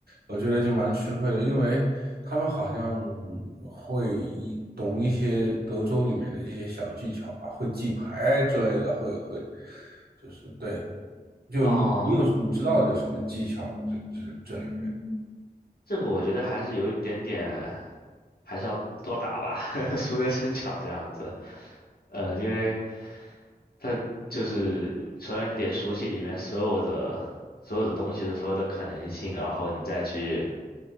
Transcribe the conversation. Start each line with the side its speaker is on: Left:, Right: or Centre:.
Right: 我觉得就蛮吃亏的，因为他们好像会一懂一些德州里面的一些小技巧吧，会记牌之类的，会会，就是对。就你你有你知道有什么技巧吗？
Left: 哦，
Right: 这这这里面，
Left: 这个我觉得还是有一点点，还是要多打吧，<laughs> 熟能生巧这样子。呃，因为它就是首先你得熟悉里面所有的所有的东西，的所有的可能性，然后你再去，